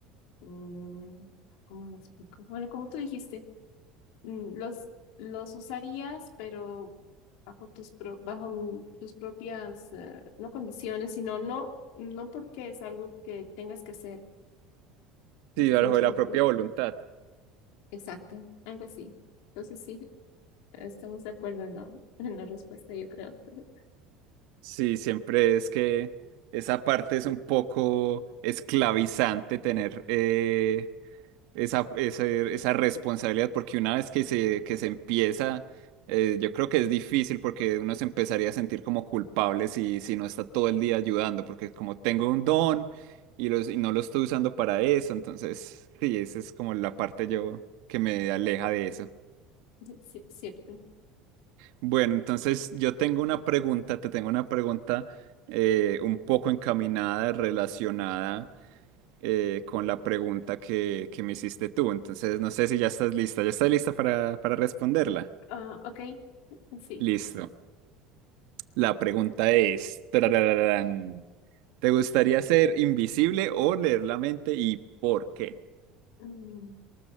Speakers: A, on the left; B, on the right.
A: mm, ah, ¿cómo lo explico? Bueno, como tú dijiste, mm, los, los usarías, pero bajo tus, pro- bajo mm, tus propias, eh, no condiciones, sino no, no porque es algo que tengas que hacer.
B: Sí,
A: No sé
B: bajo
A: si me explico.
B: la propia voluntad.
A: Exacto, algo así. Entonces sí, estamos de acuerdo en la, <laughs> en la respuesta, yo creo. <laughs>
B: Sí, siempre es que esa parte es un poco esclavizante tener eh, esa, esa, esa responsabilidad, porque una vez que se, que se empieza, eh, yo creo que es difícil porque uno se empezaría a sentir como culpable si, si no está todo el día ayudando, porque como tengo un don y, los, y no lo estoy usando para eso, entonces sí, esa es como la parte yo que me aleja de eso.
A: Sí, es cierto.
B: Bueno, entonces yo tengo una pregunta, te tengo una pregunta eh, un poco encaminada, relacionada eh, con la pregunta que, que me hiciste tú. Entonces, no sé si ya estás lista. ¿Ya estás lista para, para responderla?
A: Ah, ok, sí.
B: Listo. La pregunta es, tarararán, ¿te gustaría ser invisible o leer la mente y por qué?
A: Mm,